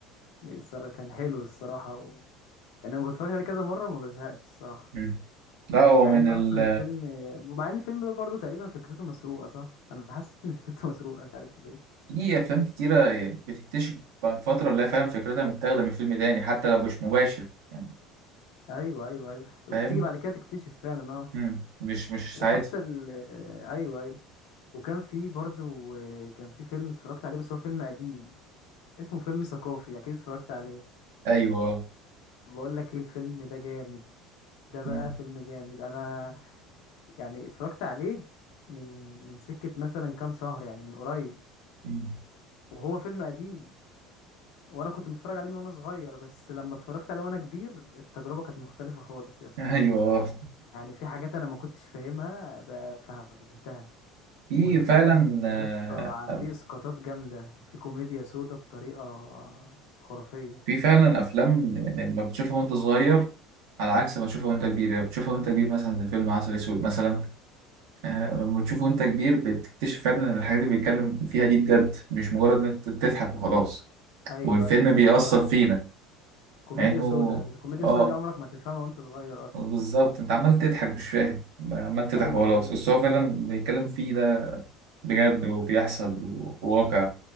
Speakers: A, on the left; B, on the right.
A: الصراحه كان حلو الصراحه و... يعني انا اتفرجت عليه كذا مره ما بزهقش الصراحه
B: مم. لا هو
A: مع
B: من
A: ان
B: ال
A: اصلا الفيلم ومع ان الفيلم ده برضه تقريبا فكرته مسروقه صح انا حاسس ان فكرته مسروقه مش عارف ليه
B: في أفلام كتيرة يعني بتكتشف بعد فترة اللي هي فعلا فكرتها متاخدة من فيلم تاني حتى لو مش مباشر يعني
A: ايوه ايوه ايوه وبتيجي
B: فاهم
A: بعد كده تكتشف فعلا اه
B: مم. مش مش
A: وحتى
B: ساعتها
A: ال آه، ايوه ايوه وكان في برضه كان في فيلم اتفرجت عليه بس هو فيلم قديم اسمه فيلم ثقافي اكيد اتفرجت عليه
B: أيوة
A: بقول لك ايه الفيلم ده جامد ده بقى
B: مم.
A: فيلم جامد انا يعني اتفرجت عليه من من سكة مثلا كام شهر يعني من قريب
B: مم.
A: وهو فيلم قديم وانا كنت متفرج عليه من وانا صغير بس لما اتفرجت عليه وانا كبير التجربه كانت مختلفه خالص يا اسطى
B: ايوه
A: يعني في حاجات انا ما كنتش فاهمها بقى فهمتها
B: في
A: والفيلم
B: فعلا
A: يا اسطى ع-
B: آه،
A: فيه اسقاطات جامده وفيه كوميديا سودا بطريقه خرافيه
B: في فعلا افلام يعني لما بتشوفها وانت صغير على عكس ما تشوفها وانت كبير يعني بتشوفها وانت كبير مثلا زي فيلم عسل اسود مثلا آه، لما بتشوفه وانت كبير بتكتشف فعلا ان الحاجات اللي بيتكلم فيها دي بجد مش مجرد ان انت تضحك وخلاص
A: ايوه
B: والفيلم
A: ايوه
B: بيأثر
A: ايوه صح
B: فينا
A: كوميديا
B: مع انه
A: سودا الكوميديا
B: اه
A: السودا دي عمرك ما تفهمها وانت صغير اصلا
B: بالظبط انت عمال تضحك مش فاهم عمال تضحك
A: ايوه
B: وخلاص
A: ايوه
B: بس هو فعلا بيتكلم فيه ده بجد وبيحصل وواقع